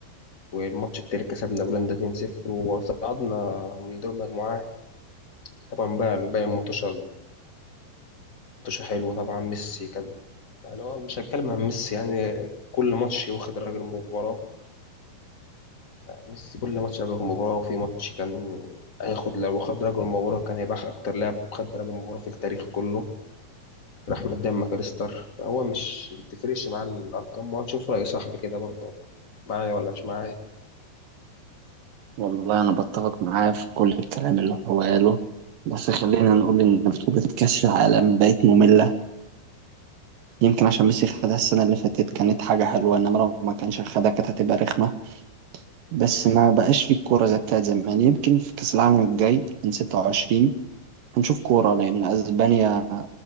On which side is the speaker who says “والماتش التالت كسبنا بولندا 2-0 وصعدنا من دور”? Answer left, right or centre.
Left